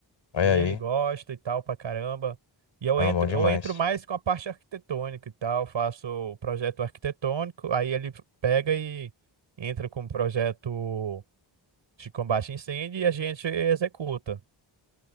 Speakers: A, on the left; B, on the right.
A: Olha
B: E
A: aí.
B: ele gosta e tal pra caramba. E eu
A: Ah,
B: entro,
A: bom demais.
B: eu entro mais com a parte arquitetônica e tal, faço o projeto arquitetônico, aí ele pega e entra com o projeto de combate a incêndio e a gente executa.